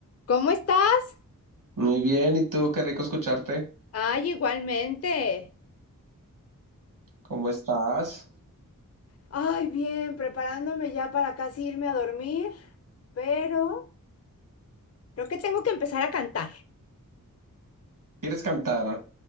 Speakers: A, on the left; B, on the right.
A: ¿Cómo estás?
B: Muy bien, ¿y tú? Qué rico escucharte.
A: Ay, igualmente.
B: ¿Cómo estás?
A: Ay, bien, preparándome ya para casi irme a dormir, pero Creo que tengo que empezar a cantar.
B: ¿Quieres cantar?